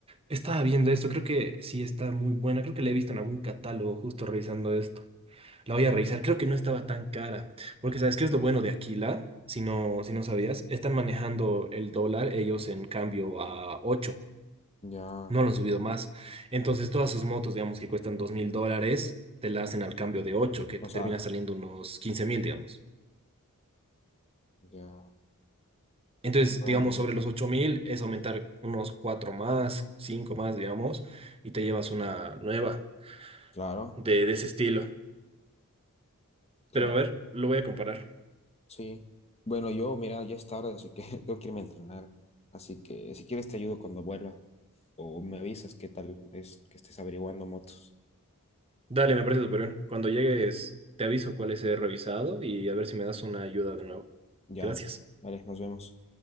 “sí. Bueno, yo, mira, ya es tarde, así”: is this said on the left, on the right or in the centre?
Left